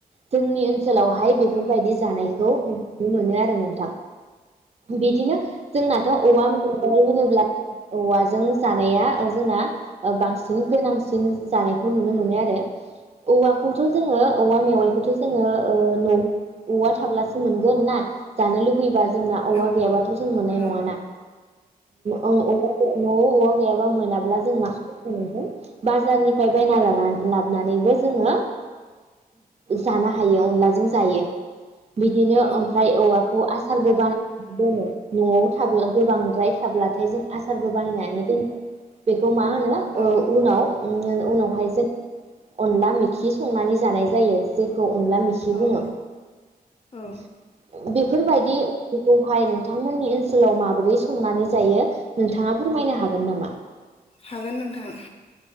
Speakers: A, on the right; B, on the left.
A: जोंनि ओनसोलावहाय बेफोरबायदि
B: उम
A: जानाय खौ नुनो मोनो आरो नोंथां बिदिनो जोंनाथ औवा य होनोब्ला औवाजों जानाया जोंना बांसिन गोनांसिन जानायखौ नुनो मोनो आरो औवाखौथ' जोङो औवा
B: उम औ
A: मेवाइखौथ' जोङो ओ नो औवा थाब्लासो मोनगोन ना जानो लुबैयो फैबा जोंना औवा
B: औ
A: गैयाबाथ' जों मोननाय
B: उम
A: नङाना औ <unintelligible> न'आव अवा गैयाबा मोनाब्ला जों मा नों बाजारनिफ्राय बायना लानानै लाबोनानैबो जोङो जानो हायो अनलाजों जायो बिदिनो
B: औ
A: ओमफ्राय औवाखौ आसारबो बाना दङो न'आव थाबला गोबांद्राय थाबब्लाथाय जों आसारबो बानायनानै बेखौ मा मा होनो ओ
B: औ
A: उनाव उम उनावहाय जों अनला मोखि संनानै जानाय जायो जे खौ अनला मिखि
B: औ
A: बुङो
B: औ
A: <inaudible> बेफोरबायदिखौहाय नोंथांमोननि ओनसोलाव माबोरै संनानै जायो नोंथाङा फोरमायनो हागोन नामा
B: हागोन नोंथां